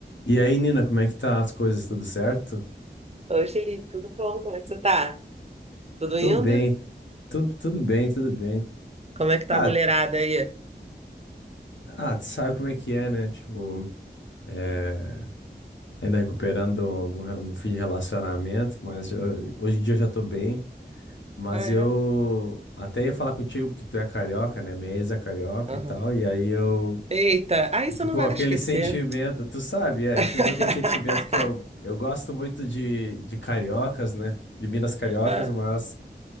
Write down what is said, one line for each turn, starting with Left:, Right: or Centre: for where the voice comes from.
Left: E aí, Nina, como é que tá as coisas? Tudo certo?
Right: Oi, Felipe, tudo bom? Como é que você tá? Tudo
Left: Tô
Right: indo?
Left: bem, tudo, tudo bem, tudo bem.
Right: Como é que tá
Left: Ah,
Right: a mulherada aí?
Left: ah, tu sabe como é que é, né? Tipo, é, ainda recuperando do, do, do fim de relacionamento, mas eu- hoje em dia eu já tô bem. Mas
Right: Ah,
Left: eu
Right: é?
Left: até ia falar contigo porque tu é carioca, né? Minha ex é carioca
Right: Aham.
Left: e tal, e aí eu.
Right: Eita, aí você
Left: Ficou
Right: não vai
Left: aquele
Right: esquecer.
Left: sentimento, tu sabe, é,
Right: <laughs>
Left: e ficou aquele sentimento que eu, eu gosto muito de, de cariocas, né? De Minas cariocas,
Right: Ah,
Left: mas.